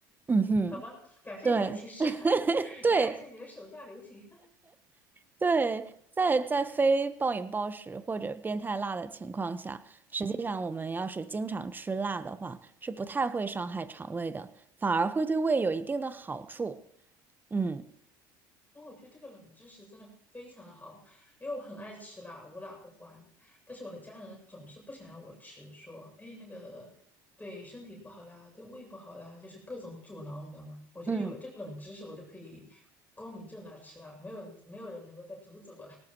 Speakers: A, on the right (about 20°); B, on the left (about 15°).
A: 嗯哼，
B: 好吧，感谢你的提示，
A: 对
B: <laughs>
A: 对
B: 也感谢你的手下留情。
A: 对，在在非暴饮暴食或者变态辣的情况下，实际上我们要是经常吃辣的话，是不太会伤害肠胃的，反而会对胃有一定的好处。嗯。
B: <laughs> 哇，我觉得这个冷知识真的非常的好，因为我很爱吃辣，无辣不欢。但是我的家人呢，总是不想要我吃，说，哎，那个对身体不好啦，对胃不好啦，就是各种阻挠，你知道吗？我觉得有了这个冷知识，
A: 嗯。
B: 我就可以光明正大吃了，没有没有人能够再阻止我了。